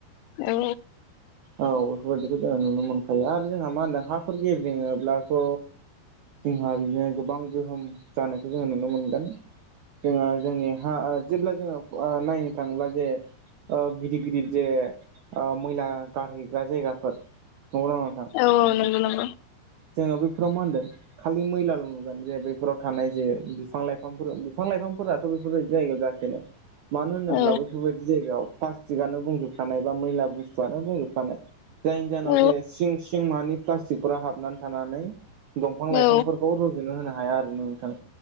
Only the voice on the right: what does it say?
औ बेफोरबायदिखौ जोङो नुनो मोनखायो आरो जोंहा मा होनदों हाफोर गेब्रेङोब्लाथ जोंहा बिदिनो गोबां गोहोम जानायखौ जोङो नुनो मोनगोन जोंहा जोंनि हा ओ जेब्ला जोङो ओ नायनो थाङोब्ला जे गिदिर गिदिर जे आ मैला गारहैग्रा जायगाफोर नंगौना नङा नोंथां
जोङो बै बेफोराव मा होनदों खालि मैलाल नुगोन जे बेैफोराव थानाय जे बिफां लाइफांफोर बिफां लाइफांफोरा बेफोरबायदि जायगायाव जाखायानो मानो होनोब्ला
बेफोरबायदि जायगायाव प्लास्टिकआनो बुंजोबखानाय बा मैला बुस्थुआनो बुंजोबखानाय जायनि जाहोनाव
जे सिं सिं मानि प्लास्टिकफोरा हाबनानै थानानै दंफां लाइफांफोरखौ
र जनो होनो हाया आरो नोंथां